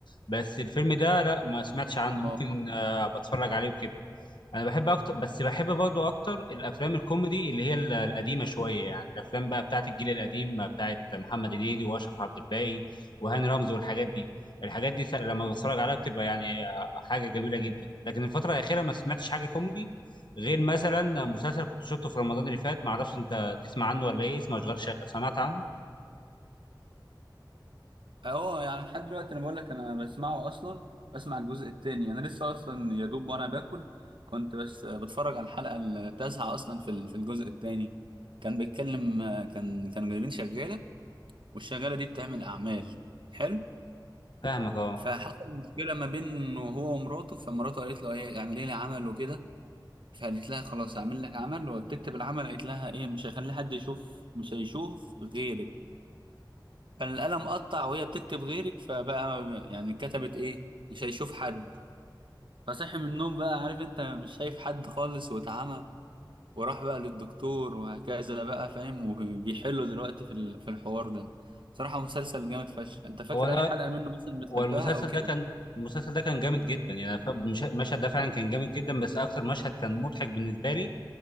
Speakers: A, on the left; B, on the right.
A: بس الفيلم ده لا ما سمعتش عنه
B: اه
A: ممكن آه بتفرج عليه وكده انا بحب اكتر بس بحب برضو اكتر الافلام الكوميدي اللي هي ال- القديمه شويه يعني الافلام بقى بتاعت الجيل القديم بتاعت محمد هنيدي واشرف عبد الباقي وهاني رمزي والحاجات دي الحاجات دي س- لما بتفرج عليها بتبقى يعني آه، حاجه جميله جدا لكن الفتره الاخيره ما سمعتش حاجه كوميدي غير مثلا مسلسل كنت شفته في رمضان اللي فات ما اعرفش انت تسمع عنه ولا ايه اسمه اشغال شقه سمعت عنه
B: اه يعني لحد دلوقتي انا بقول لك انا بسمعه اصلا بسمع الجزء التاني انا لسه اصلا يا دوب وانا باكل كنت بس بتفرج على الحلقه التاسعه اصلا في ال- في الجزء التاني كان بيتكلم كان كانوا جايبين شغاله والشغاله دي بتعمل اعمال حلو
A: فاهمك اه
B: فحصل مشكله ما بينه هو ومراته فمراته قالت له ايه اعملي لي عمل وكده فقالت لها خلاص هعمل لك عمل وبتكتب العمل قالت لها ايه مش هيخلي حد يشوف مش هيشوف غيرك فالقلم قطع وهي بتكتب غيرك فبقى ما ب- يعني كتبت ايه مش هيشوف حد فصحي من النوم بقى عارف انت مش شايف حد خالص واتعمى وراح بقى للدكتور وهكذا بقى فاهم وبيحلوا دلوقتي في ال- في الحوار ده صراحة مسلسل جامد فشخ انت فاكر
A: هو انا
B: اي حلقة منه مثلا بتحبها
A: والمسلسل
B: او كده
A: ده كان المسلسل ده كان جامد جدا يعني ف- مش- المشهد ده فعلا كان جامد جدا بس اكتر مشهد كان مضحك بالنسبه لي